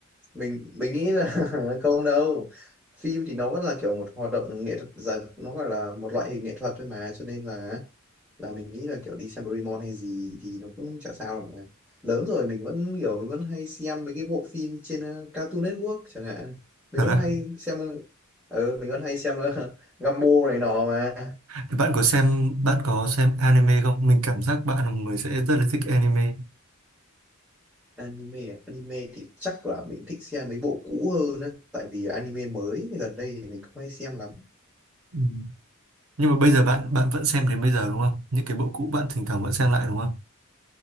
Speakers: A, in the centre; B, on the right (about 70°).
A: mình mình nghĩ là <laughs> không đâu phim thì nó vẫn là kiểu một hoạt động nghệ thuật dần nó gọi là một loại hình nghệ thuật thôi mà cho nên là là mình nghĩ là kiểu đi xem Doraemon hay gì thì nó cũng chả sao mà lớn rồi mình vẫn kiểu mình vẫn hay xem mấy cái bộ phim trên ờ, Cartoon Network chẳng hạn mình
B: Thật
A: vẫn
B: á
A: hay xem ừ, mình vẫn hay xem ờ, <laughs> Gumball này nọ mà
B: Thì bạn có xem Bạn có xem anime không Mình cảm giác bạn là một người sẽ rất là thích anime
A: anime à? anime thì chắc là mình thích xem mấy bộ cũ hơn á tại vì anime mới gần đây thì mình không hay xem lắm
B: ừ. Nhưng mà bây giờ bạn Bạn vẫn xem đến bây giờ đúng không Những cái bộ cũ bạn thỉnh thoảng vẫn xem lại đúng không